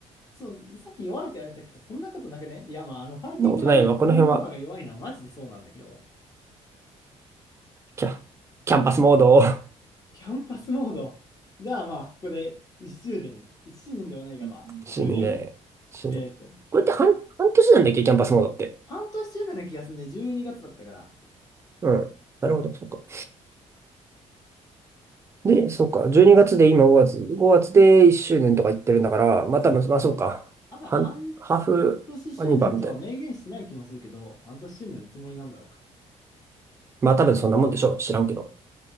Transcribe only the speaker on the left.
そう、さっき弱いって言われたけど、そんなことなくねいやまあ、あの、ファイティングマリアとブンブンパンが弱いのはマジでそうなんだけど。
キャンパスモード。ではまあ、ここで1周年、1周年ではないが、まあ、
周年、
えーっと、
半年周年な気がするね。12月だったから。
多分半
年周年とは明言してない気もするけど、半年周年のつもりなんだろうか。
うん。